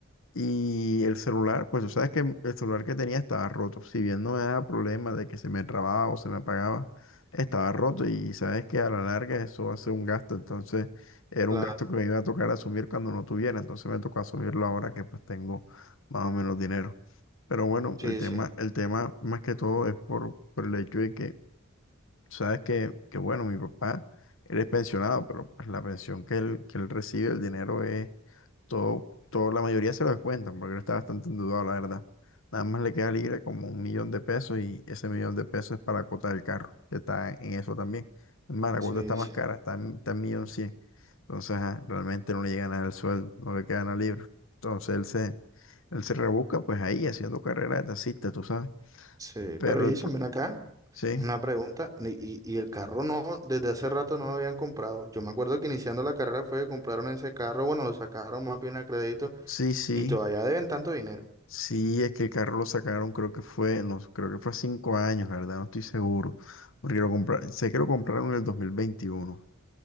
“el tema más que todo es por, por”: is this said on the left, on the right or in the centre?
Left